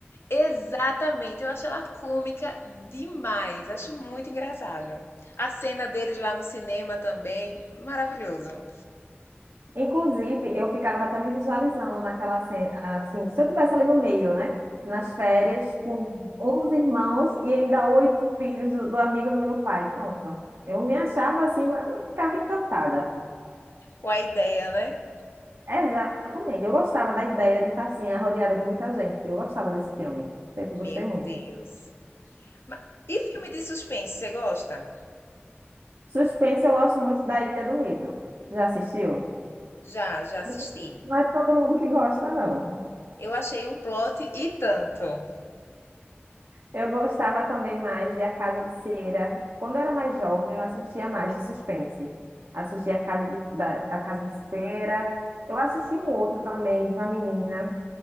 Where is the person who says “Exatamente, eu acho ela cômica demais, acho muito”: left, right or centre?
Left